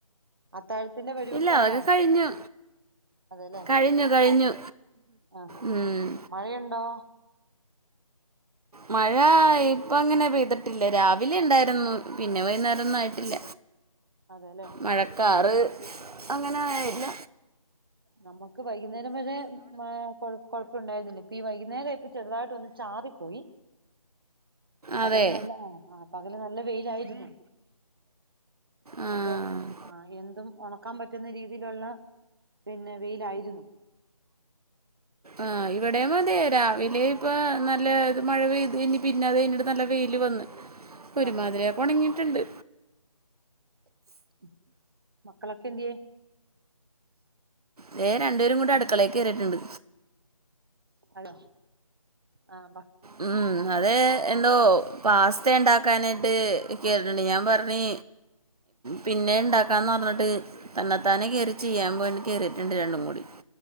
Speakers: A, on the right; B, on the right.
A: അത്താഴത്തിന്റെ പരിപാടിയാണോ
B: ഇല്ല അതൊക്കെ കഴിഞ്ഞു
A: അതേല്ലേ
B: കഴിഞ്ഞു കഴിഞ്ഞു
A: ആഹ്- ആഹ്-
B: ഉം.
A: ആഹ് മഴയുണ്ടോ
B: മഴ ഇപ്പ അങ്ങനെ പെയ്തിട്ടില്ല രാവിലെ ഉണ്ടായിരുന്നു പിന്നെ വൈന്നേരൊന്നും ആയിട്ടില്ല
A: <unintelligible> അതെല്ലേ
B: മഴക്കാറ് അങ്ങനെയായില്ല
A: ആഹ് നമുക്ക് വൈകുന്നേരം വരെ മഴ കൊ കൊഴപ്പ ഒണ്ടായിരുന്നില്ല ഇപ്പൊ ഈ വൈകുന്നേരായപ്പൊ ചെറുതായിട്ടൊന്ന് ചാറിപ്പോയി പകല്
B: അതെ
A: നല്ല ആഹ്- ആഹ് പകല് നല്ല വെയിലായിരുന്നു നമുക്ക്
B: ആ
A: ആഹ് എന്തും ഒണക്കാൻ പറ്റുന്ന രീതിയിലുള്ള പിന്നേ വെയിലായിരുന്നു
B: ആഹ് ഇവിടെയും അതേ രാവിലേയും ഇപ്പൊ നല്ല ഇത് മഴ പെയ്ത് കഴിഞ്ഞ് പിന്നെ അത് കഴിഞ്ഞിട്ട് നല്ല വെയില് വന്ന് ഇപ്പൊ ഒരുമാതിരി
A: ആഹ്
B: ആ ഒണങ്ങീട്ടുണ്ട്
A: ഉം മക്കളൊക്കെ എന്ത്യേ
B: ദേ രണ്ടുപേരും കൂടെ അടുക്കളേ കേറീട്ടുണ്ട്
A: ഹലോ ആഹ് പ
B: ഉം അ ത് എന്തോ പാസ്ത ഉണ്ടാക്കാനായിട്ട് കേറീട്ടുണ്ട് ഞാൻ പറഞ്ഞ് പിന്നേ ഇണ്ടാക്കാന്ന് പറഞ്ഞിട്ട് തന്നത്താനെ കയറി ചെയ്യാൻ പോയിണ്ട് കയറിട്ടുണ്ട് രണ്ടും കൂടി